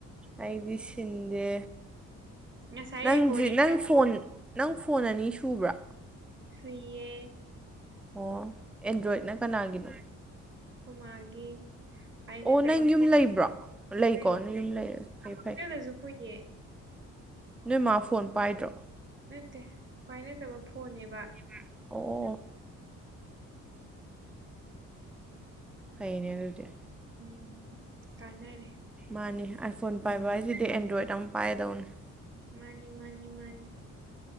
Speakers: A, in the centre; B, on the right.
A: ꯑꯩꯗꯤ ꯁꯤꯟꯗꯦ
B: ꯉꯁꯥꯏ
A: ꯅꯪꯗꯤ
B: ꯔꯦꯀꯣꯔꯗꯤꯡ
A: ꯅꯪ
B: ꯇꯧꯍꯧ
A: ꯐꯣꯟ ꯅꯪ ꯐꯣꯟ ꯑꯅꯤ ꯁꯨꯕ꯭ꯔꯥ
B: ꯁꯨꯏꯌꯦ
A: ꯑꯣ ꯑꯦꯟꯗ꯭ꯔꯣꯏꯗꯅ ꯀꯅꯥꯒꯤꯅꯣ
B: ꯈꯣꯏ ꯃꯥꯒꯤ <unintelligible>
A: ꯑꯣ ꯅꯪ ꯌꯨꯝ
B: ꯐꯣꯟ
A: ꯂꯩꯕ꯭ꯔꯣ ꯂꯩꯀꯣ
B: ꯂꯩꯌꯦ
A: ꯅꯪ ꯌꯨꯝ ꯂꯩ ꯐꯩ
B: ꯍꯣꯁꯇꯦꯜꯗꯁꯨ
A: ꯐꯩ
B: ꯄꯨꯏꯌꯦ
A: ꯅꯣꯏ ꯃꯥ ꯐꯣꯟ ꯄꯥꯏꯗ꯭ꯔꯣ
B: ꯅꯠꯇꯦ ꯄꯥꯏꯅꯗꯕ ꯐꯣꯟꯅꯦꯕ
A: <unintelligible> ꯑꯣ
B: ꯑꯗ
A: ꯐꯩꯅꯦ ꯑꯗꯨꯗꯤ
B: ꯎꯝ ꯀꯥꯟꯅꯔꯦ
A: ꯃꯥꯅꯤ ꯑꯥꯏꯐꯣꯟ ꯄꯥꯏꯕ ꯍꯥꯏꯁꯤꯗꯤ ꯑꯦꯟꯗ꯭ꯔꯣꯏꯗ ꯑꯃ ꯄꯥꯏꯒꯗꯧꯅꯤ
B: ꯃꯥꯅꯤ ꯃꯥꯅꯤ ꯃꯥꯅꯤ